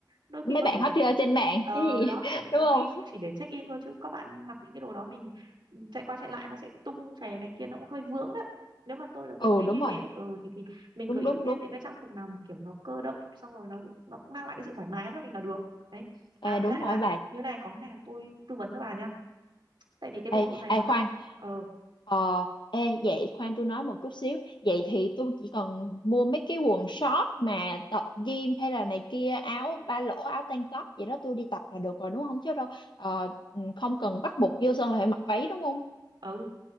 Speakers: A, on the right; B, on the left.
A: đôi
B: mấy
A: khi có
B: bạn
A: thể
B: hot girl trên mạng
A: Ờ
B: cái gì
A: đó nhiều
B: <laughs>
A: nhiều
B: đúng không
A: khi chỉ để check in thôi chứ các bạn mặc những cái đồ đó mình ừ, chạy qua chạy lại nó sẽ tung xè này kia nó cũng hơi vướng đấy nếu mà tôi là
B: ừ
A: tôi thấy
B: đúng
A: như
B: rồi
A: thế ừ thì thì mình
B: đúng
A: cứ
B: đúng
A: ưu tiên
B: đúng
A: những cái trang phục nào mà kiểu nó cơ động xong rồi nó nó mang lại cái sự thoải mái cho mình là được đấy
B: ê
A: à với
B: đúng
A: lại
B: rồi
A: là
B: bà
A: như này có cái này là tôi tư vấn cho bà nha tại vì cái
B: ê,
A: bộ môn này
B: ê
A: nó
B: khoan
A: đặc ờ
B: ờ ê vậy khoan tôi nói một chút xíu vậy thì tôi chỉ cần mua mấy cái quần short mà tập gym hay là này kia áo ba lỗ áo tank top vậy đó tôi đi tập là được rồi đúng không chứ đâu ờ, không cần bắt buộc vô sân là phải mặc váy đúng không
A: ừ,